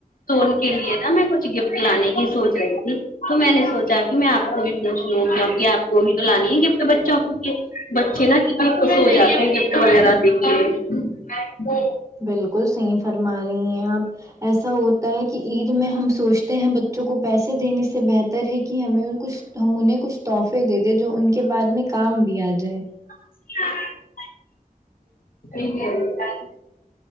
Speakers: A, on the left; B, on the right.
A: تو ان کے لیے نا میں کچھ گفٹ لانے کی سوچ رہی تھی تو میں نے سوچا کہ میں آپ کو بھی پوچھ لوں کیوں کہ آپ کو بھی تو لانی ہے گفٹ بچوں بچے نا کتنے خوش ہو جاتے ہیں گفٹ وغیرہ دیکھ کے
B: بالکل صحیح فرما رہی ہیں آپ ایسا ہوتا ہے کہ عید میں ہم سوچ تے ہیں بچوں کو پیسے دینے سے بہتر ہے کہ ہمیں کچھ ہم انہیں کچھ تحفے دے دیں جو ان کے بعد میں کام بھی آ جائے
A: <unintelligible>